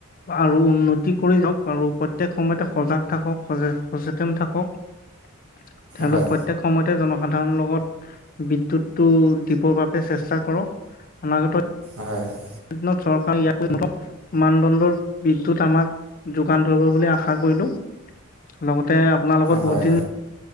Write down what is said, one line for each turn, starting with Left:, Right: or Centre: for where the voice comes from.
Left: আৰু উন্নতি কৰি যাওঁক আৰু প্ৰত্যেক সময়তে সজাগ থাকক সচেতন থাকক তেওঁলোক
Right: হয়
Left: প্ৰত্যেক সময়তে জনসাধাৰণৰ লগত বিদ্যুটো দিবৰ বাবে চেষ্টা কৰক অনাগত
Right: হয় হয়
Left: দিনত চৰকাৰ <unintelligible> মানদণ্ডৰ বিদ্যুত আমাক যোগান ধৰিব বুলি আশা কৰিলোঁ লগতে আপোনাৰ লগত
Right: হয়
Left: বহুত দিন